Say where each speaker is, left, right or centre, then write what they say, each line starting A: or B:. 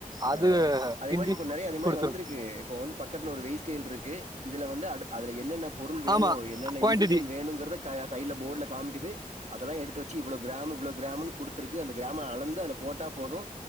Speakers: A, on the right (about 25°); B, on the right (about 50°).
A: அது
B: ஆ அதே
A: கிண்டி
B: மாரி இப்ப நெறையா அதே மாரி
A: குடுத்துரு
B: வந்திருக்கு இப்ப வந்து பக்கத்துல ஒரு வெய்ஸ் கேள் இருக்கு இதுல வந்து அடு அதுல என்னென்ன பொருள் வேனு
A: ஆமா
B: என்னென்ன
A: குவான்டிட்டி
B: இன்கிரீடியன் வேணுங்கறத க சைட்ல போர்ட்ல காம்மிக்குது அதெல்லா எடுத்து வச்சி இவ்ளோ கிராமு இவ்ளோ கிராம்ன்னு குடுத்திருக்கு அந்த கிராம்ம அளந்து அதுல போட்டா போது